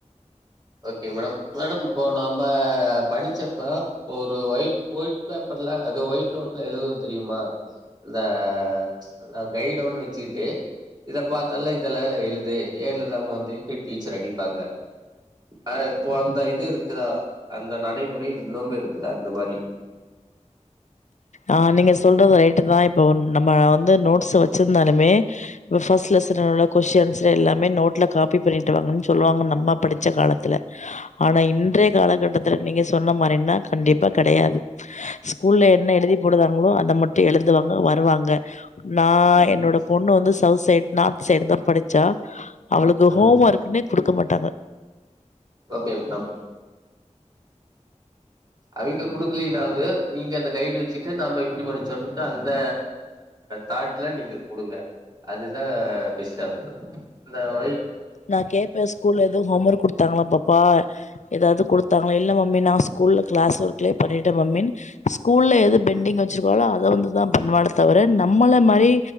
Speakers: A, on the right; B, on the left.
A: ஓகே மேடம் மேடம் இப்போ நாம்ப படிச்சப்ப இப்போ ஒரு ஒயிட் வொய்ட் பேப்பர்ல அது ஒயிட் நோட்ல எழுதுவோ தெரிமா? ந்த ஸ் அ கைடு ஒண்ணு வெச்சுக்கிட்டு இதப் பாத்தல்ல இதல்லா அதுல எழுது ஏ எழுதாம வந்தின்ட்டு டீச்சரு அடிப்பாங்க. அ இப்போ அந்த இது இருக்குதா அந்த நடைமுறை இன்னும் இருக்குதா இந்த மாரி?
B: அ நீங்க சொல்றது ரைட்டு தா இப்ப ஒன் நம்ம வந்து நோட்ஸ் வெச்சிந்தாலுமே ஒரு ஃபஸ்ட் லெசனோட கொஸ்டி ஏன்சரு எல்லாமே நோட்ல காப்பி பண்ணிட்டு வாங்கன் சொல்லுவாங்க நம்ம படிச்ச காலத்துல. ஆனா இன்றைய காலகட்டத்துல நீங்க சொன்ன மாறின்னா கண்டிப்பா கெடையாது. ஸ் ஸ்கூல்ல என்ன எழுதி போடுதாங்களோ அத மட்டு எழுதுவாங்க வருவாங்க. நா
A: ம்
B: என்னோட பொண்ணு வந்து சவுத் சைட் நாத் சைடுதா படிச்சா. அவளுக்கு
A: ம்
B: ஹோம் ஒர்க்ன்னே குடுக்க மாட்டாங்க
A: ஓகே முட்டம் அவிங்க குடுக்கலனாவது நீங்க அந்த கைடு வச்சிட்டு நம்ப இப்டி படிச்சோம்ட்டு அந் த தாட்ல நீங்க குடுங்க அதுதா பெஸ் டாகு இந்த வொயிட்
B: நா கேப்பே ஸ்கூல்ல எதுவு ஹோம் ஒர்க் குடுத்தாங்களா பாப்பா ஏதாவது குடுத்தாங்கள இல்ல மம்மி நா ஸ்கூல்ல கிளாஸ் வொர்க்லயே பண்ணிட்டே மம்மின் ஸ்கூல்ல எது பெண்டிங் வச்சிருக்கோலோ அத வந்துதா பண்ணுவாலே தவிர நம்மள மாரி